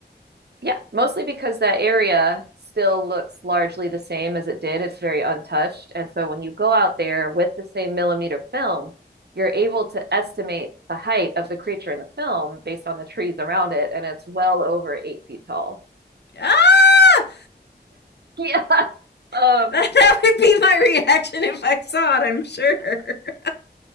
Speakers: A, on the right (about 65°); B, on the left (about 70°).
A: yeah, mostly because that area still looks largely the same as it did. It's very untouched. And so when you go out there with the same millimeter film, you're able to estimate the height of the creature in the film based on the trees around it, and it's well over eight feet tall.
B: Ah!
A: <laughs> Yeah. Um,
B: <laughs> That would be my reaction if I saw it, I'm sure. <laughs>